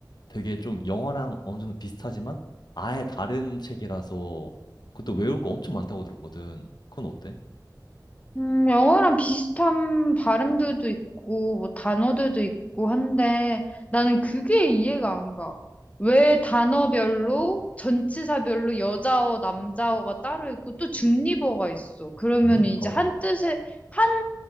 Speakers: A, on the left; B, on the left.
A: 되게 좀 영화랑 어느 정도 비슷하지만 아예 다른 책이라서 그것도 외울 거 엄청 많다고 들었거든. 그건 어때?
B: 음, 영어랑 비슷한 발음들도 있고, 뭐, 단어들도 있고 한데, 나는 그게 이해가 안 가. 왜 단어별로, 전치사별로 여자어, 남자어가 따로 있고, 또 중립어가 있어. 그러면
A: 왜?
B: 이제
A: 어어.
B: 한 뜻에, 한,